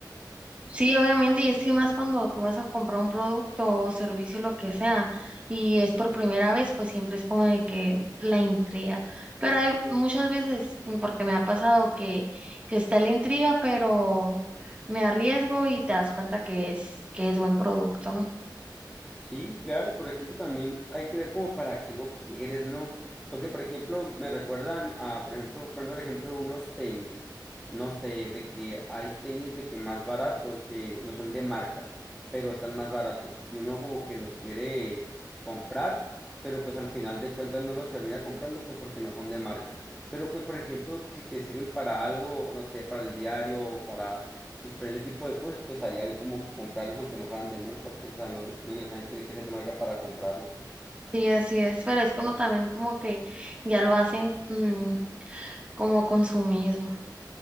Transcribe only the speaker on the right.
Sí, obviamente, y es que más cuando tú vas a comprar un producto o servicio, lo que sea, y es por primera vez, pues siempre es como de que la intriga. Pero hay muchas veces, mm, porque me ha pasado que, que está la intriga, pero me arriesgo y te das cuenta que es, que es buen producto, ¿no?
Sí, así es. Pero es que uno también como que ya lo hacen mm, como consumismo.